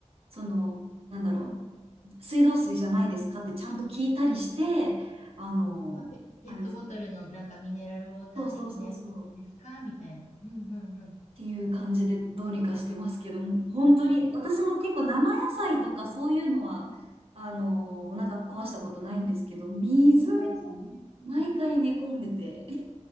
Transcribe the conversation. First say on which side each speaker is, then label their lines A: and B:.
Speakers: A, on the right; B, on the left.
A: その、なんだろう、
B: うん。
A: 水道水じゃないですかってちゃんと聞いたりして、あの、
B: あ、ペ、ペットボトルのなんかミネラルウォーター的なやつですかみたいな。
A: あれです。そうそうそうそう。
B: うんうんうん。
A: ていう感じでどうにかしてますけど、本当に私も結構生野菜とかそういうのはあのお腹壊したことないんですけど、
B: うん。
A: 水で
B: 生野菜ね。うん
A: 毎回寝込んでて、え